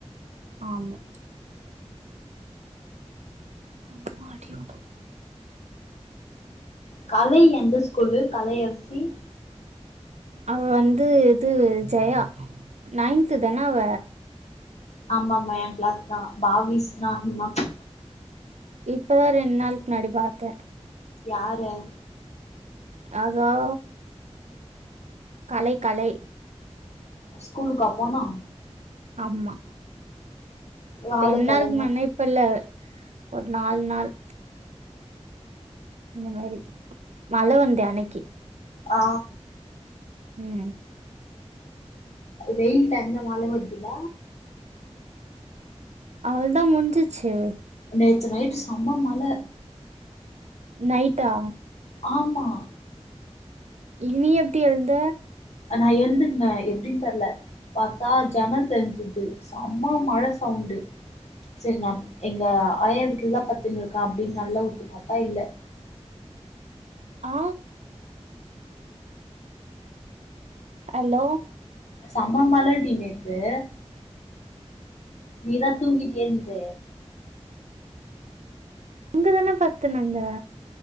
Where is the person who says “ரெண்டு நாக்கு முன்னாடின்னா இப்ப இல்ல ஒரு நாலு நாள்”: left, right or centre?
Right